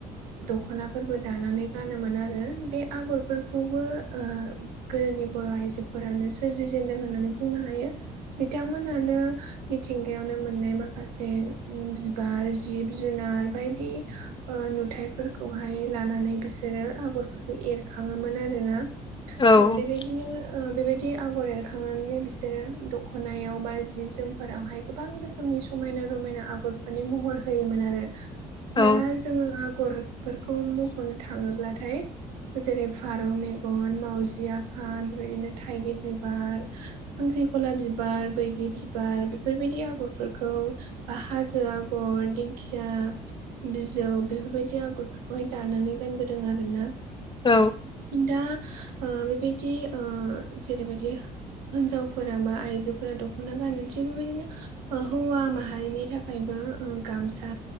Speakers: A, on the right; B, on the left.
A: दख'नाफोरबो दानानै गानोमोन आरो बे आगरफोरखौबो ओ गोदोनि बर' आइजोफोरानो सोरजिजेनन्दों होननानै बुंनो हायो। बिथांमोनहानो मिथिंगायावनो मोननाय माखासे बिबार जिब जुनार बायदि ओ नुथायफोरखौहाय लानानै बिसोरो आगरफोरखौ एरखाङोमोन आरोना।
B: औ
A: ओ बेबायदिनो ओ बेबायदि आगर एरखांनानै बिसोरो दख'नायाव बा जि जोमफोरावहाय गोबां रोखोम रोखोमनि समायना-रमायना आगरफोरनि महर होयोमोन आरो
B: औ
A: दा जोंङो आगरफोरखौ मख'नो थांङोब्लाथाय जेरै -फारौ मेगन, मावजि आफा बेबायदिनो थाइगिर बिबार खांख्रिखला बिबार, बैग्रि बिबार बेफोरबायदि आगर फोरफोरखौ बा हाजो, आगर दिंखिया बिजौ बेफोरबायदि आगरफोरखौहाय दानानै गानबोदों आर ना
B: औ
A: दा ओ बेबायदि ओ जेरैबायदि हिनजावफोरा बा आइजोफोरा दख'ना गाननोसै बेबायदिनो ओ हौवा माहारिनि थाखायबो ओ गामसा